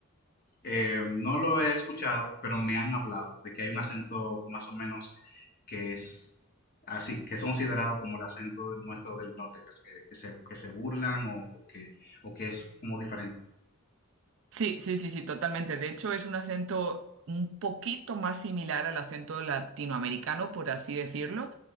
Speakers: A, on the left; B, on the right.
A: Eh, no lo he escuchado, pero me han hablado de que hay un acento más o menos que es así, que es considerado como el acento del- nuestro del norte, que, que- que se, que se burlan o, o que, o que es como diferente.
B: Sí, sí, sí, sí, totalmente. De hecho, es un acento un poquito más similar al acento latinoamericano, por así decirlo.